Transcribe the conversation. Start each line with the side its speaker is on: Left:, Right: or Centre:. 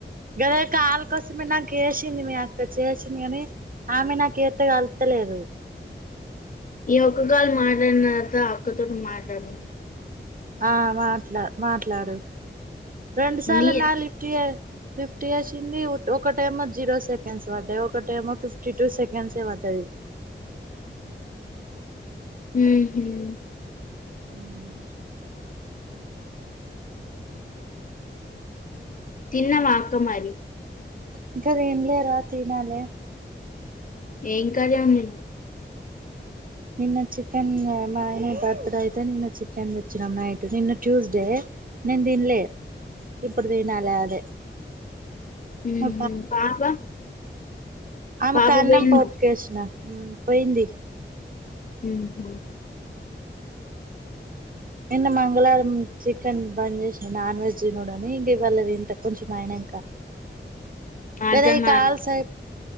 Right: గదే కల్ కోసమే నాక్ చెసింది మీ అక్క చేసింది కానీ ఆమె నాకు ఎత్తగలుగుతలేదు
Left: ఈ ఒక్క కాల్ మాట్లాడినక అక్కతోటి మాట్లాడదాం
Right: ఆ మాట్లా మాట్లాడు రెండు సార్లునా
Left: నీ
Right: లిఫ్ట్ చే లిఫ్ట్ చేసింది ఒకటేమో జీరో సెకండ్స్ పడ్డాయి ఒకటేమో ఫిఫ్టీ టూ సెకండ్స్ఎ పడ్డది
Left: హ్మ్ హ్మ్
Right: హ్మ్
Left: తిన్నావా అక్క మరి
Right: ఇంకా తిన్లేరా తినాలే
Left: ఎమ్ కరం నీది
Right: నిన్న చికెన్ మా ఇని బర్త్ డే అయితే నిన్న చికె వెెచ్చినం నైట్ నిన్న ట్యూస్ డే నేను తినలే ఇప్పుడు తినాలి అదే
Left: ఉమ్
Right: మా
Left: పాప
Right: ఆమె
Left: పాప
Right: కన్నం
Left: పోయిందా
Right: పోపుకేసిన పోయింది
Left: ఉహు
Right: నిన్న మంగళవారం చికెన్ బంద్ చేసిన నాన్ వెజ్ తినుడని ఇంక ఇవాళ అంట కొంచం అయినంకా
Left: అర్థం
Right: లేదా ఇ
Left: కాలే
Right: కాల్స్ అయ్